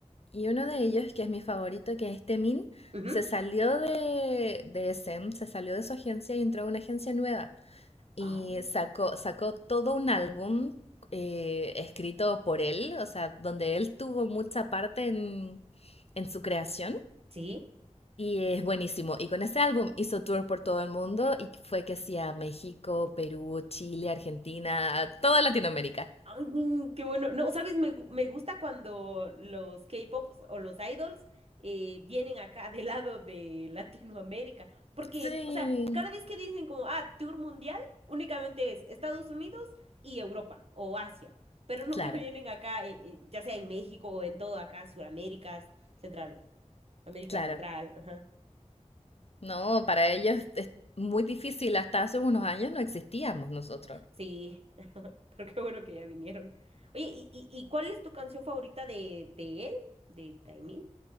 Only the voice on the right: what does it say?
Ujú.
Ah,
sí.
Ay, mm, qué bueno. No, ¿sabes? Me, gu- me gusta cuando los K-pop o los idols eh, vienen acá del lado de Latinoamérica. Porque,
o sea, cada vez que dicen como, ah, tour mundial, únicamente es Estados Unidos y Europa o Asia. Pero nunca
<laughs> vienen acá, eh, eh, ya sea en México o en todo acá, Suraméricas, Central, América
Central. Ajá.
Sí, <laughs> pero qué bueno que ya vinieron. Oye, ¿y, y, y cuál es tu canción favorita de, de él? ¿De Taemin?